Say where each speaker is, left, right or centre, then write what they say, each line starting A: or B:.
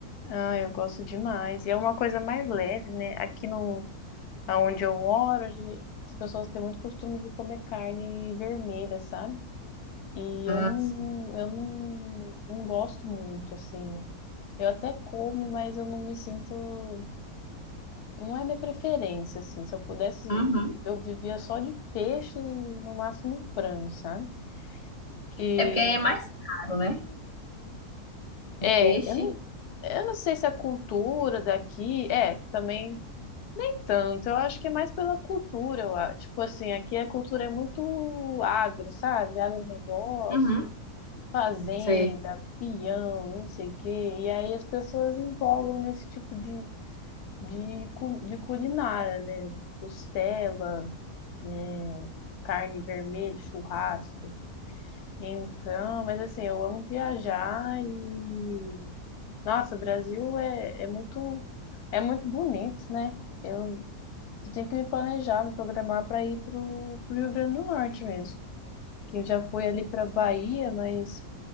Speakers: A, on the left; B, on the left.
A: Ah, eu gosto demais. E é uma coisa mais leve, né? Aqui no, aonde eu moro, hoje, as pessoas têm muito costume de comer carne vermelha, sabe? E
B: Ah,
A: eu não,
B: sim.
A: eu não, não gosto muito, assim. Eu até como, mas eu não me sinto. Não é minha preferência, assim. Se eu pudesse,
B: Uhum.
A: eu vivia só de peixe e no máximo um frango, sabe? Que.
B: É porque aí é mais caro, né?
A: É,
B: O peixe.
A: eu não, eu não sei se a cultura daqui. É, também nem tanto. Eu acho que é mais pela cultura. Eu, a- tipo assim, aqui a cultura é muito agro, sabe? Agronegócio.
B: Uhum.
A: fazenda,
B: Sei.
A: peão, não sei o quê. E aí as pessoas empolgam nesse tipo de, de, cu- de culinária, né? Costela, é, carne vermelha, churrasco. Então, mas assim, eu amo viajar e. Nossa, o Brasil é, é muito, é muito bonito, né? Eu, eu tenho que me planejar, me programar para ir pro, pro Rio Grande do Norte mesmo. Que Eu já fui ali para Bahia, mas